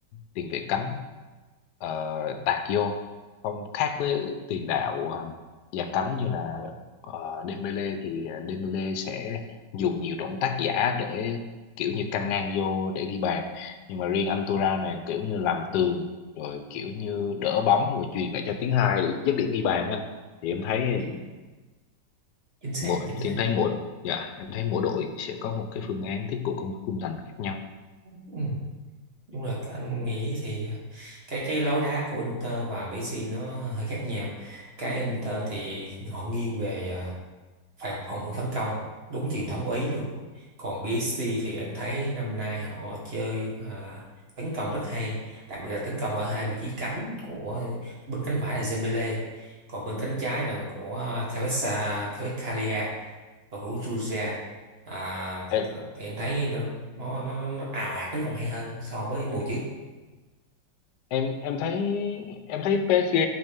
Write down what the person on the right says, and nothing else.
chính, chính xác
chính xác
ừ, đúng là anh nghĩ thì à, cái cái lối đá của Inter và PSG nó hơi khác nhau cái Inter thì họ nghiêng về à, phòng phòng thủ phản công đúng truyền thống của Ý luôn còn PSG thì anh thấy năm nay họ chơi mà tấn công rất hay đặc biệt là tấn công ở hai vị trí cánh của bên cánh phải là Dembele còn bên cánh trái là của Kvaratskhelia Kvaratskhelia cầu thủ Georgia à,
thì anh thấy nó nó, nó, nó ào ạt tấn công hay hơn so với mùa trước